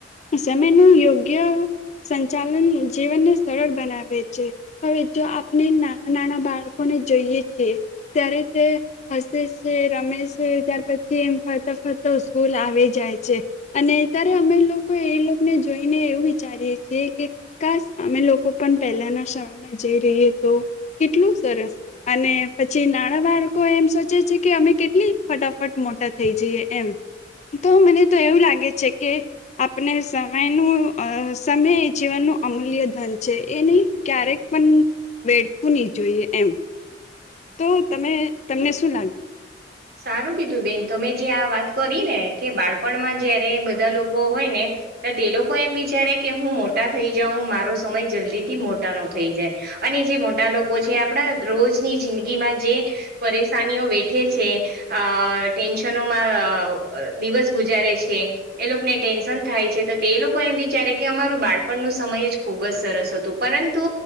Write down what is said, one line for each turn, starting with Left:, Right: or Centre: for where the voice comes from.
Left: સમય નું યોગ્ય સંચાલન જીવનને સરળ બનાવે છે હવે જો આપણે નાના નાના બાળકોને જોઈએ છીએ ત્યારે તે હસે છે રમે છે ત્યાર પછી એમ ફરતા ફરતા સ્કૂલ આવી જાય છે અને ત્યારે અમે લોકો એ લોકોને જોઈને એવું વિચારીએ છીએ કે ખાસ અમે લોકો પણ પહેલાના સમયમાં જઈ રહીએ તો કેટલું સરસ અને પછી નાણાં બાળકો એમ સોચે છે કે અમે કેટલી ફટાફટ મોટા થઈ જઈએ એમ તો મને તો એવું લાગે છે કે આપણે સમય ન સમય એ જીવનનું અમૂલ્ય ધન છે એ નહી ક્યારેક પણ વેડવું નહી જોઈએ એમ તો તમે તમને શું લાગે
Right: સારું કીધું બેન તમે જે આ વાત કરી ને કે બાળ પણમાં જ્યારે બધા લોકો હોય ને તો તે લોકો એમ વિચારે કે હું મોટા થઈ જાઉં મારો સમય જલ્દી થી મોટા ન થઈ જાય અને જે મોટા લોકો છે આપણા રોજની જિંદગીમાં જે પરેશાનીઓ વેઠે છે અ ટેન્શનોમાં દિવસ ગુજારે છે એ લોકોને ટેન્શન થાય છે તો તે એ લોકો એમ વિચારે કે અમારું બાળપણ નું સમય જ ખુબ જ સરસ હતું પરંતુ